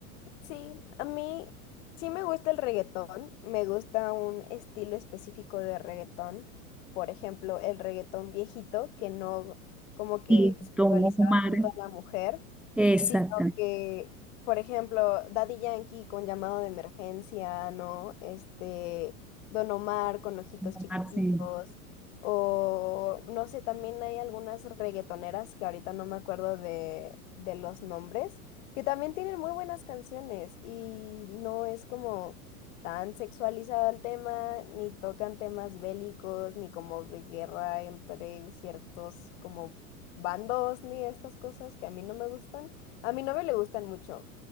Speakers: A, on the left (about 55°); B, in the centre.
A: Sí, a mí sí me gusta el reggaetón, me gusta un estilo específico de reggaetón, por ejemplo, el reggaetón viejito, que no como que
B: Y
A: sexualizaba
B: tomo fumar,
A: tanto a la mujer,
B: Exactamente.
A: sino que, por ejemplo, Daddy Yankee con llamado de emergencia, ¿no? Este, Don Omar con ojitos
B: fumar,
A: chiquititos,
B: sí.
A: o no sé, también hay algunas reggaetoneras que ahorita no me acuerdo de, de los nombres que también tienen muy buenas canciones y no es como tan sexualizado el tema, ni tocan temas bélicos, ni como de guerra entre ciertos como bandos, ni estas cosas que a mí no me gustan. A mi novio le gustan mucho